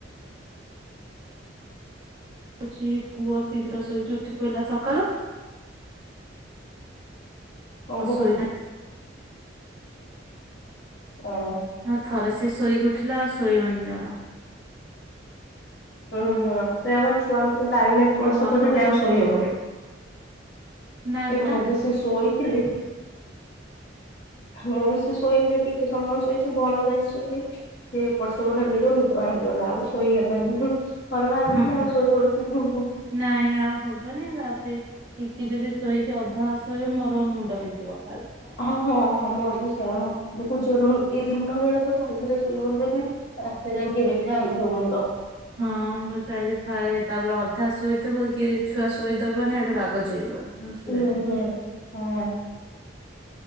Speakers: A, on the right (about 65°); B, on the left (about 65°).
A: ହଉଛି ପୁଅ ଶୀଘ୍ର ଶୋଇକି ଉଠି ପିଲା ସକାଳୁ।
B: ଓହୋ
A: ଆଉ ଶୋଇଲା
B: ହୋ। ଓ।
A: ଆଉ ଥରେ ସେ ଶୋଇକି ଉଠିଲା ଆଉ ଶୋଇବନି ଜମା।
B: ହୁଁ ହୁଁ ସେ ପା ଛୁଆଙ୍କର ଟାଇମ ଏପଟ
A: ଆଉ
B: ସେପଟ
A: ଆପଣ
B: ହେଲେ
A: କଣ
B: ଆଉ ଶୋଇହବନି।
A: କରୁଛନ୍ତି? ନାଇଁ
B: ଏ
A: ପରା
B: ମୁଁ ବି ସେ ଶୋଇ ଥିଲି। ମୁଁ ବି ସେ ଶୋଇଥିଲି ଟିକେ ସମୟ ଶୋଇଛି ଭଣଜା ଆସିଛନ୍ତି। ସେ ଏପଟ ସେପଟ ହେଲେ ଯାଉ ନିଦ ଭାଙ୍ଗିଗଲା ଆଉ ଶୋଇ ହେଲାନି। ଥରେ ଭାଙ୍ଗିଲେ
A: ହଁ ହଁ
B: ଆଉ ଶୋଇ ହଉଛି କି?
A: ନାଇଁ ଆଉ ହବନାଇଁ ତାପରେ ଟିକେ ଯଦି ଶୋଇକି ଅଧା ଶୋଇ ମୋର ମୁଣ୍ଡ ବିନ୍ଧିବ ଫାଳେ।
B: ହଁ ହଁ ହଁ ମୋର ବି ସେୟଁ ବହୁତ ଜୋର ଏଇ ଜିନିଷ ଗୁଡା ଆଉଥରେ ଶୋଇବନି ଯଦି ରାତି ଯାକେ ବନ୍ଧା ହେଉଥିବ ମୁଣ୍ଡ।
A: ହଁ ମୁଁ ଚା ଫ ତାପରେ ଅଧା ଶୋଇଥିବ କି ଛୁଆ ଶୋଇଦବନି ସେଡୁ ରାଗ ଚିଡିବ। ମୁଁ ଶୁଏନି
B: ହୁଁ ହୁଁ ହଁ।